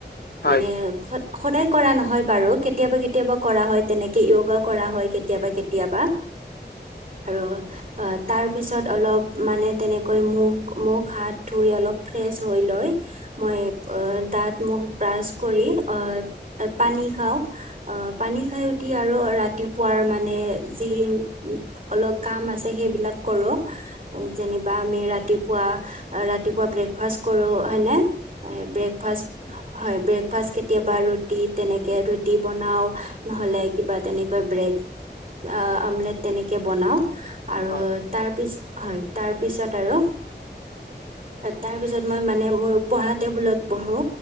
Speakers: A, on the left; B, on the right.
A: হয়
B: মানে সদা সদায় কৰা নহয় বাৰু কে কেতিয়াবা-কেতিয়াবা কৰা হয়, তেনেকে য়গা কৰা হয় কেতিয়াবা- কেতিয়াবা। আ-ৰ- অ তাৰপিছত অলপ মানে তেনেকৈ মুখ মুখ হাত ধুই অলপ ফ্ৰেছ হৈ লৈ- মই অ দাত মুখ ব্ৰাছ কৰি অ পানী খাওঁ। অ', পানী খাই উঠি আৰু ৰাতিপুৱাৰ মানে যি- অলপ কাম আছে সেইবিলাক কৰো। যেনিবা আমি ৰাতিপুৱা-ৰাতিপুৱা ব্ৰেকফাষ্ট কৰো হয় নে। হয়, ব্ৰেকফাষ্ট, হয় ব্ৰেকফাষ্ট কেতিয়াবা ৰুটি তেনেকে- ৰুটি বনাও, নহ'লে কিবা তেনেকৈ ব্ৰেড- আহ আমলেট তেনেকে বনাও, আৰু-
A: হয়
B: তাৰপিছত হয় তাৰপিছত আৰু-
A: <inaudible>
B: তাৰপিছত মই মানে মোৰ পঢ়া টেবুলত পঢ়ো,